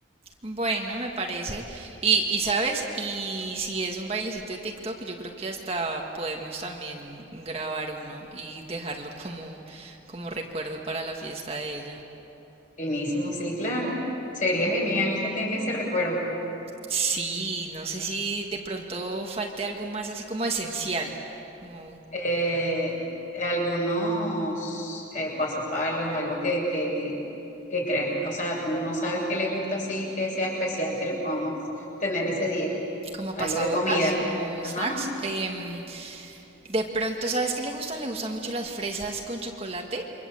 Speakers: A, on the right; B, on the left.
A: Bueno, me parece. Y, y sabes, y si es un bailecito de TikTok, yo creo que hasta podemos también grabar uno y dejarlo como, como recuerdo para la fiesta de ella.
B: Finísimo, sí, claro. Sería genial que tenga ese recuerdo.
A: Sí, no sé si de pronto falte algo más así como esencial, como,
B: Eh, algunos eh, pasapalos, algo que, que, que creas, o sea, no sabes qué le gusta así, que sea especial, que le podamos tener ese día.
A: como
B: algo
A: pasabocas,
B: de comida.
A: como
B: Ajá.
A: snacks. Em, de pronto, ¿sabes qué le gustan? Le gustan mucho las fresas con chocolate.